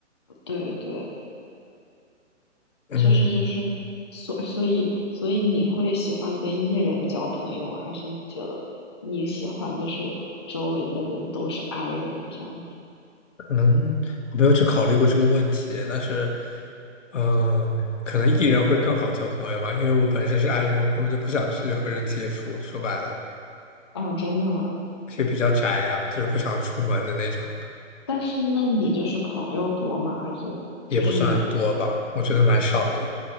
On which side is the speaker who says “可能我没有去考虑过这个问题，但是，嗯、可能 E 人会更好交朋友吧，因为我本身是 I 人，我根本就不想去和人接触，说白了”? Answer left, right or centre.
Left